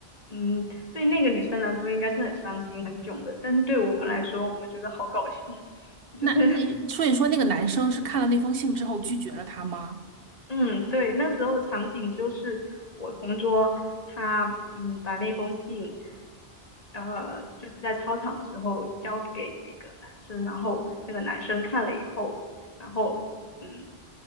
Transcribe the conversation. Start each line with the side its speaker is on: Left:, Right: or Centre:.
Left: 嗯，对那个女生来说应该是很伤心很囧的，但是对我们来说，我们觉得好搞笑，<laughs> 就是
Right: 那那所以说那个男生是看了那封信之后拒绝了他吗？
Left: 嗯，对，那时候的场景就是我同桌他嗯把那封信，呃，就是在操场的时候交给那个男生，然后那个男生看了以后，然后嗯，